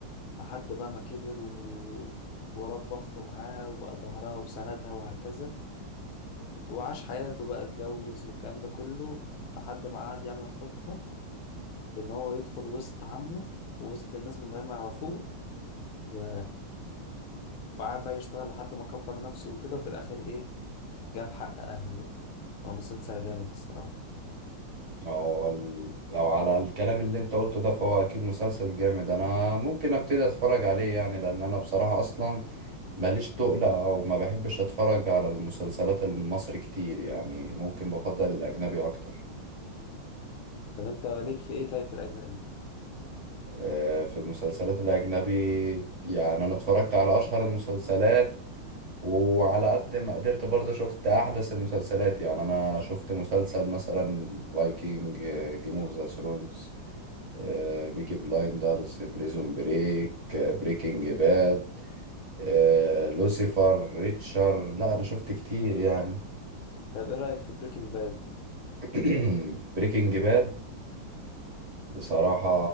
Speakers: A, on the left; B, on the right.
A: لحد بقى ما كبر و... ورب أخته معاه وبقى ظهرها وسندها وهكذا وعاش حياته بقى اتجوز والكلام ده كله لحد ما قعد يعمل خطة في إن هو يدخل وسط عمه ووسط الناس من غير ما يعرفوه و... وقعد بقى يشتغل لحد ما كبر نفسه وكده وفي الآخر إيه جاب حق أهله بقى فهو مسلسل جامد الصراحة
B: هو ال... لو على الكلام اللي انت قلته ده فهو اكيد مسلسل جامد انا ممكن ابتدي اتفرج عليه يعني لان انا بصراحة اصلا ماليش تقلة او ما بحبش اتفرج على المسلسلات المصري كتير يعني ممكن بفضل الاجنبي اكتر
A: طب أنت ليك في إيه طيب في الأجنبي؟
B: آه، في المسلسلات الاجنبي يعني انا اتفرجت على اشهر المسلسلات وعلى قد ما قدرت برضه شفت احدث المسلسلات يعني انا شفت مسلسل مثلا فايكنج جيم اوف ذا ثرونز آه، بيكي بلايندرز بريزون بريك آه، بريكنج باد آه، لوسيفر ريتشر لا انا شفت كتير يعني
A: طب إيه رأيك في بريكنج باد؟
B: <clears throat> بريكنج باد بصراحة